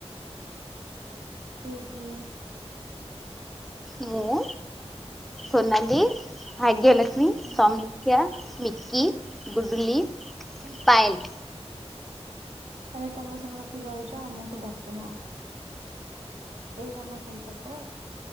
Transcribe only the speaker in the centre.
ମୁଁ ସୋନାଲି ଭାଗ୍ୟଲକ୍ଷ୍ମୀ
ସମୀକ୍ଷା। ମିକି ଡୁଡୁଲି
ପାଏଲ।